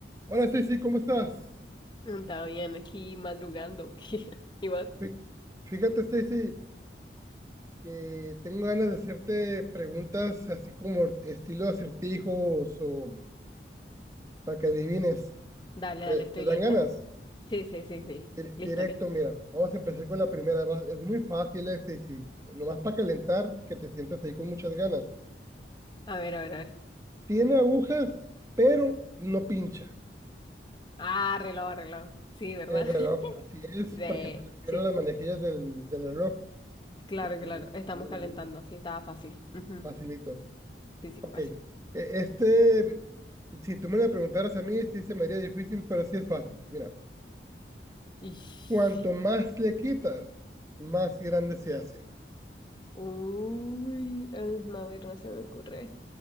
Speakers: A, on the right (about 15°); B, on the left (about 25°).
A: Hola Stacy, ¿cómo estás?
B: Mm, Está bien, aquí madrugando. <laughs> Igual.
A: Fí- Fíjate Stacy que tengo ganas de hacerte preguntas así como estilo acertijos o para que adivines.
B: Dale,
A: ¿Te,
B: dale, estoy
A: te dan
B: lista.
A: ganas?
B: Sí, sí, sí, sí.
A: Dir-
B: Lista,
A: Directo,
B: lista.
A: mira, vamos a empezar con la primera. va- Es muy fácil eh, Stacy, nomás para calentar que te sientas ahí con muchas ganas.
B: A ver, a ver, a ver.
A: Tiene agujas, pero no pincha
B: Ah, reloj, reloj. Sí, ¿verdad?
A: el reloj.
B: <laughs>
A: Así es,
B: Sí,
A: porque se refiere
B: sí.
A: a las manejillas del, del reloj
B: Claro,
A: que también
B: claro. Estamos
A: tienen
B: calentando.
A: agujas.
B: Sí, estaba fácil. Ujú.
A: Facilito.
B: Sí, sí,
A: Ok.
B: fácil.
A: E- Este, si tú me la preguntaras a mí, sí se me haría difícil, pero sí es fácil. Mira,
B: Ish.
A: cuanto más le quitas, más grande se hace.
B: Uy, ah, no, a ver, no se me ocurre.